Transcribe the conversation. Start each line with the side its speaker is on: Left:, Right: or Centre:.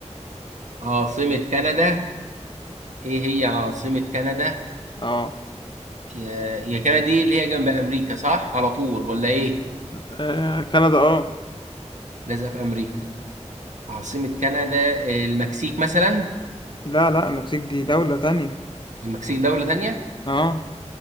Right: عاصمة كندا ايه هي عاصمة كندا
Left: اه
Right: يا يا كندا دي اللي هي جنب امريكا صح على طول ولا ايه
Left: آه، كندا اه
Right: لازقة في امريكا عاصمة كندا المكسيك مثلا
Left: لا لا المكسيك دي دولة تانية
Right: المكسيك دولة تانية
Left: اه